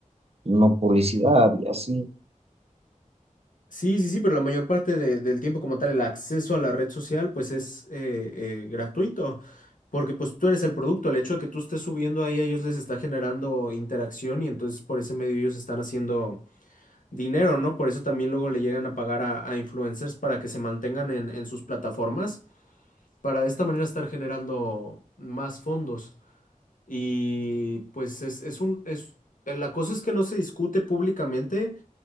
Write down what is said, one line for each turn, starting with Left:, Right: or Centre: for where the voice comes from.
Right: no publicidad y así.
Left: Sí, sí, sí, pero la mayor parte de- del tiempo como tal, el acceso a la red social, pues es eh, eh, gratuito, porque pues tú eres el producto, el hecho de que tú estés subiendo ahí a ellos les está generando interacción y entonces por ese medio ellos están haciendo dinero, ¿no? Por eso también luego le llegan a pagar a, a influencers para que se mantengan en, en sus plataformas, para de esta manera estar generando más fondos. Y pues es, es un, es, la cosa es que no se discute públicamente.